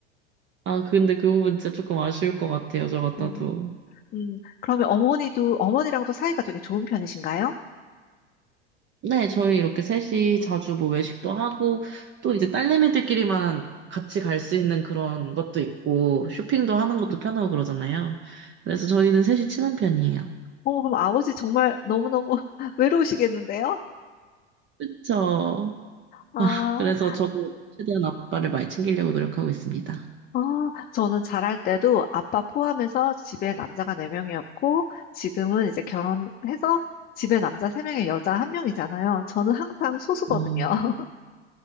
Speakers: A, on the right; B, on the left.
A: 아, 근데 그 부분 진짜 조금 아쉬울 것 같아요, 저 같아도.
B: 음, 음. 그러면 어머니도, 어머니랑도 사이가 되게 좋은 편이신가요?
A: 네, 저희 이렇게 셋이 자주 뭐 외식도 하고, 또 이제 딸내미들끼리만 같이 갈 수 있는 그런 것도 있고, 쇼핑도 하는 것도 편하고 그러잖아요. 그래서 저희는 셋이 친한 편이에요.
B: 어, 그럼 아버지 정말 너무너무 <laughs> 외로우시겠는데요?
A: 그쵸.
B: 아.
A: 아, 그래서 저도 최대한 아빠를 많이 챙기려고 노력하고 있습니다.
B: 아, 저는 잘할 때도 아빠 포함해서 집에 남자가 4명이었고, 지금은 이제 결혼해서 집에 남자 3명에 여자 1명이잖아요. 저는 항상 소수거든요.
A: 음,
B: <laughs>